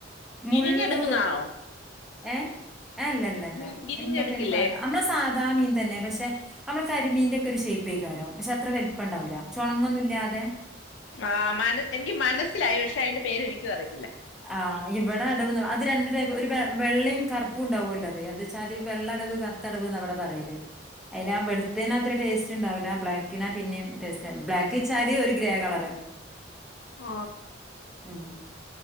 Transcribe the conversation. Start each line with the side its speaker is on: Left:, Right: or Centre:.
Left: തിരിഞ്ഞെടുക്കുന്നതാണോ
Centre: മള്ള് ഏ എഅല്ലല്ലല്ല
Left: ഉം, തിരിഞ്ഞെടുക്കില്ലേ
Centre: എന്താപ്പ ഇനിപ്പറയാ നമ്മള് സാ സാധാമീൻ തന്നെ പക്ഷെ നമ്മള് കരിമിന്റെ ഒക്കെ ഒരു ശൈപേക്കാരംപക്ഷെ അത്രവലുപ്പം ഉണ്ടാവൂല്ല ചോണങ്ങുന്നില്ല ഇല്ലാതെ
Left: ആ മന എനിക്ക് മനസ്സിലായി പക്ഷെ അതിന്റെ പേര് എനക്ക് അറി
Centre: ആ ഇവിടെ അടവന്ന് അത് രണ്ട് ടൈപ്പ് ഒരു വെ വെള്ളം കറുപ്പും ഉണ്ടാവുമല്ലോ അത് എന്താ വെച്ചാല് വെള്ളടവ് കറുത്തടവ് എന്ന ഇവിടെ പറയല് അയില് ആ വെളുത്തേന് അത്ര ടേസ്റ്റ് ഉണ്ടാവില്ല ബ്ലാക്കിനാ പിന്നെയും ടേസ്റ്റ് ബ്ലാക്ക് വച്ചാല് ഒരു ഗ്രേ കളറ്
Left: ആ
Centre: ഉം